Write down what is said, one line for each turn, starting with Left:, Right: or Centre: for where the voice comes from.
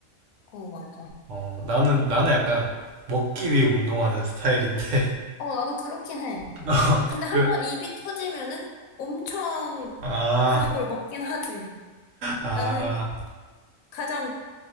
Left: 어, 맞아.
Right: 어, 나는 나는 약간 먹기 위해 운동하는 스타일인데
Left: 어, 나도 그렇긴 해.
Right: <laughs>
Left: 근데 한 번 입이 터지면은 엄청
Right: 아,
Left: 그런 걸 먹긴 하지.
Right: 아,
Left: 나는 가장